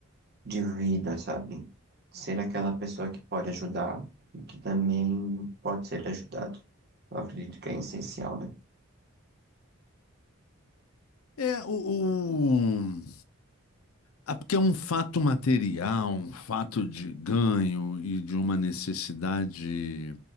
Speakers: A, on the right (about 50°); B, on the left (about 80°).
A: de vida, sabe? Ser aquela pessoa que pode ajudar e que também pode ser ajudado. Eu acredito que é essencial, né?
B: É, o, o- Ah, porque é um fato material, um fato de ganho e de uma necessidade